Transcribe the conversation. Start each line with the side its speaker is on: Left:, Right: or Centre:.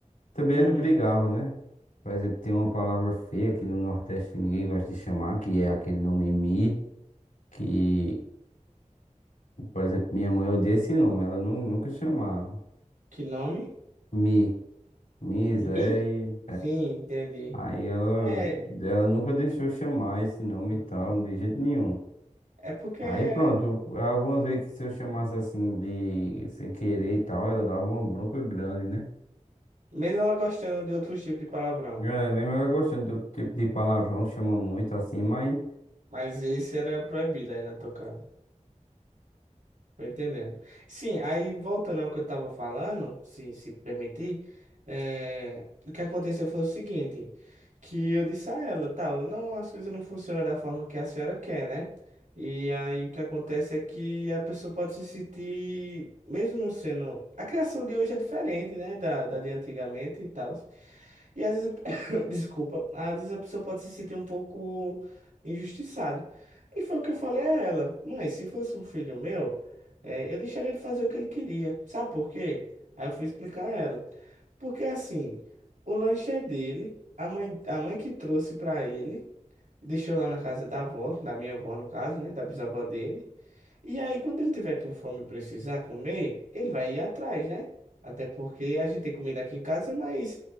Left: Também
Right: uhum.
Left: ela brigava, né? Por exemplo, tem uma palavra feia que no Nordeste ninguém gosta de chamar, que é aquele nome Mi, que, por exemplo, minha mãe odeia esse nome, ela nu- nunca chamava.
Right: Que nome?
Left: Mi. Nizé,
Right: Mi?
Left: e
Right: Sim, entendi.
Left: aí ela,
Right: É,
Left: ela nunca deixou eu chamar esse nome
Right: uhum.
Left: e tal, de jeito nenhum.
Right: É porque,
Left: Aí pronto, algumas vezes que se eu chamasse assim de sem querer e tal, ela dava uma bronca grande, né?
Right: mesmo ela gostando de outros tipos de palavrão,
Left: É, mesmo ela gostando do tipo de palavrão, chama muito assim, mas
Right: mas esse era proibido aí na tua casa. Tô entendendo. Sim, aí voltando ao que eu estava falando, se, se permitir, eh, o que aconteceu foi o seguinte, que eu disse a ela, tal, não, as coisas não funcionam da forma que a senhora quer, né? E aí o que acontece é que a pessoa pode se sentir, mesmo não sendo. A criação de hoje é diferente, né? Da, da de antigamente e tal. E às vezes, <coughs> desculpa, às vezes a pessoa pode se sentir um pouco injustiçada. E foi o que eu falei a ela, mãe, se fosse um filho meu. É, eu deixaria ele fazer o que ele queria. Sabe por quê? Aí eu fui explicar a ela. Porque assim, o lanche é dele, a mãe, a mãe que trouxe pra ele, deixou lá na casa da avó, da minha avó no caso, né, da bisavó dele. E aí quando ele tiver com fome e precisar comer, ele vai ir atrás, né? Até porque a gente tem comida aqui em casa, mas